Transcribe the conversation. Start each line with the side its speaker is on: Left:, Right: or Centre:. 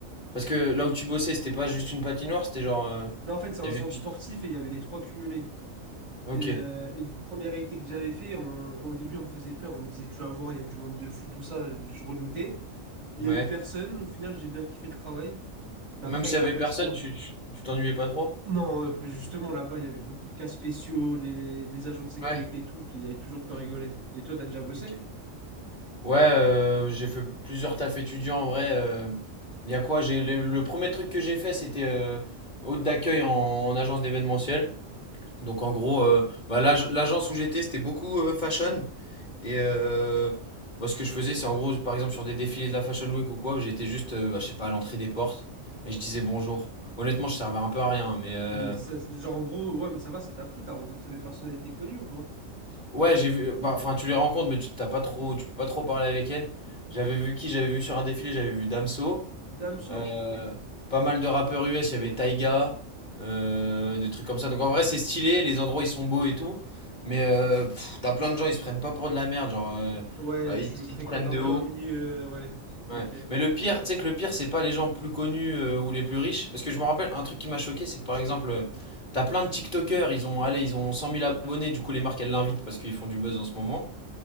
Left: Parce que là où tu bossais, c'était pas juste une patinoire, c'était genre. euh,
Right: Non, en fait, c'est un
Left: Il
Right: centre
Left: y avait plus.
Right: sportif et il y avait les trois cumulés.
Left: Ok,
Right: Et, euh, et du premier été que j'avais fait, on- au début, on me faisait peur. On me disait, tu vas voir, il y a du monde de fou, tout ça. Je redoutais. Il
Left: ouais.
Right: y a eu personne. Au final, j'ai bien kiffé le travail. Mais
Left: Même
Right: après,
Left: s'il
Right: avec
Left: y
Right: la
Left: avait
Right: patinoire.
Left: personne, tu tu- tu t'ennuyais pas trop?
Right: Non, euh, justement, là-bas, il y avait beaucoup de cas spéciaux, les, les agents de sécurité
Left: Ouais.
Right: et tout, puis il y avait toujours de quoi rigoler. Et toi, t'as déjà bossé?
Left: ok. Ouais, euh, j'ai fait plusieurs tafs étudiants en vrai. euh, Il y a quoi? J'ai le, le premier truc que j'ai fait, c'était euh, hôte d'accueil en, en agence d'événementiel. Donc en gros, euh, bah, l'ag- l'agence où j'étais, c'était beaucoup euh, fashion. Et euh, moi, ce que je faisais, c'est en gros, par exemple, sur des défilés de la Fashion Week ou quoi, j'étais juste, euh, bah, je sais pas, à l'entrée des portes et je disais bonjour. Honnêtement, je servais un peu à rien, mais euh,
Right: Mais ça, genre, en gros, ouais, mais ça va, ça t'a plu, t'as rencontré des personnalités connues ou quoi?
Left: ouais, j'ai vu. bah, Enfin, tu les rencontres, mais tu t'as pas trop, tu peux pas trop parler avec elles. J'avais vu qui? J'avais vu sur un défilé, j'avais vu Damso,
Right: Damso?
Left: euh, pas mal de rappeurs US, il y avait Taiga, euh, des trucs comme ça. Donc en vrai, c'est stylé, les endroits ils sont beaux et tout, mais euh, pff, t'as plein de gens, ils se prennent pas pour de la merde, genre, euh,
Right: Ouais,
Left: bah, ils,
Right: tu fréquentes
Left: ils te prennent
Right: un
Left: de
Right: peu
Left: haut.
Right: un milieu, euh, ouais,
Left: Ouais.
Right: ok.
Left: Mais le pire, tu sais que le pire, c'est pas les gens plus connus euh, ou les plus riches. Parce que je me rappelle, un truc qui m'a choqué, c'est que par exemple, euh, t'as plein de TikTokers, ils ont, allez, ils ont cent mille abonnés, du coup les marques, elles l'invitent parce qu'ils font du buzz en ce moment.